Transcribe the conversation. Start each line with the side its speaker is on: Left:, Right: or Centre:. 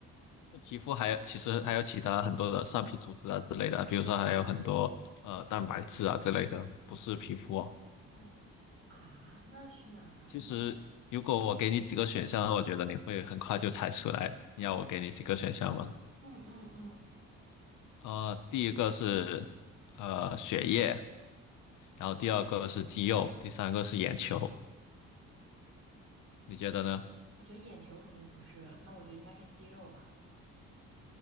Left: 那皮肤还有其实还有其他很多的上皮组织啊之类的啊，比如说还有很多呃蛋白质啊之类的，不是皮肤哦。
Right: 嗯啊，那是哪儿啊？
Left: 其实如果我给你几个选项，
Right: 那是
Left: 我觉得你会很快就猜出来。你要我给你几个选项吗？
Right: 嗯嗯嗯嗯，
Left: 呃，第一个是呃血液，然后第二个是肌肉，第三个是眼球。你觉得呢？
Right: 我觉得眼球肯定不是，那我觉得应该是肌肉吧。